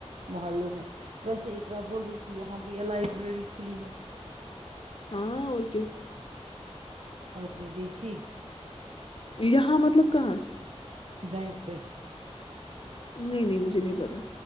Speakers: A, on the right; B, on the left.
A: محلوں میں ویسے ایک رات بول رہی تھی یہاں بھی لائبریری کھلی ہے
B: ہاں اور کیا
A: آپ نے دیکھی
B: یہاںاں مطلب کہاںاں
A: بینک پہ
B: نہیں نہیں مجھے نہیں پتا